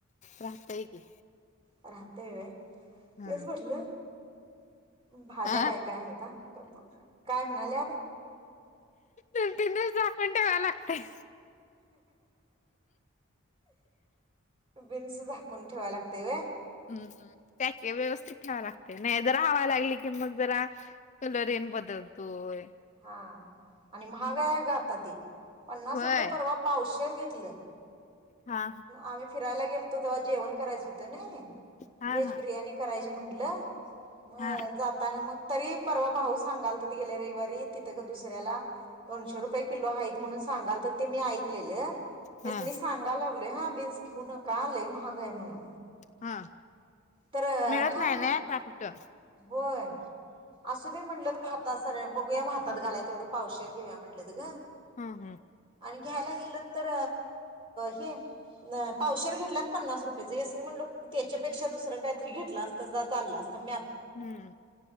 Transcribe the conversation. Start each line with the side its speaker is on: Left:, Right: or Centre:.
Left: राहतय की.
Right: राहतय वय?
Left: हा
Right: तेच म्हटलं भाज्या
Left: हा
Right: काय काय हायता काय म्हणाल्यात?
Left: दोन तीन दिवसा आपण डोळा लागतय.
Right: जिन्स झाकून ठेवायला लाग ते व्हय
Left: हम, हम त्या की व्यवस्थित ठेवाय लागतय. नाही जरा हवा लागली की, मग जरा कलरयेन बदलतोय.
Right: हा आणि महाग अगं आता ते. पन्नास
Left: होय
Right: रुपये परवा पावसशेर घेत तिलं
Left: हा
Right: आम्ही फिरायला गेल तो तेव्हा जेवण करायचं होतं नाइ.
Left: हा
Right: वेज
Left: हा
Right: बिर्याणी करायची म्हण ल म
Left: हा
Right: जातांना मग तरी परवा भाऊ सांगालतित गेल्या रविवारी तिथं ग दुसर्‍याला दोनशे रुपये किलो हाय. म्हणून सांगालत ते मी आई कलेल हेच
Left: हा
Right: मी सांगायला लागलो हा घेऊ नका, लई महाग महाग हाय म्हणून.
Left: हा
Right: तर
Left: मिळत
Right: थांब
Left: नाही
Right: म्हणलं
Left: ना आता कुठं.
Right: होय. असू दे म्हणलत भातात सगळ्या बघूया भातात घालाय तेवढं पावशेर घेऊया म्हटलंत ग.
Left: हम्म हम्म.
Right: आणि घ्यायला गेलं तर हे पावशेर घेतलात पन्नास रुपयाच यासनी म्हणलं, त्याच्यापेक्षा दुसरं काहीतरी घेतलं असतं तर चाललं असतं. मॅ
Left: हम्म